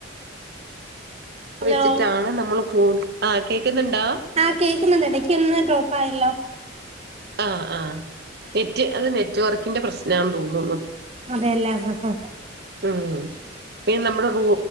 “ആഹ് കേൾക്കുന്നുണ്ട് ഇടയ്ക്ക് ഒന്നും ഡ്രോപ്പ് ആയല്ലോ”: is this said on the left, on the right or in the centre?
Right